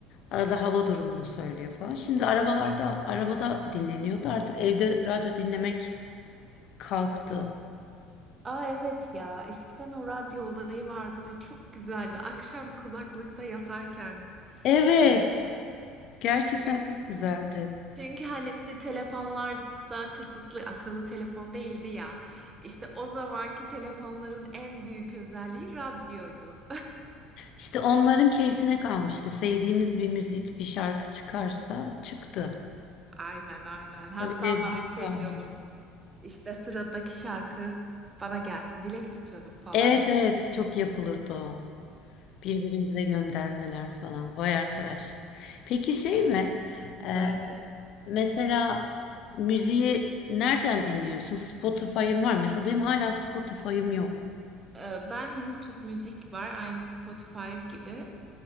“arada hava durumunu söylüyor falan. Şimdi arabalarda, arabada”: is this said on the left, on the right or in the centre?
Left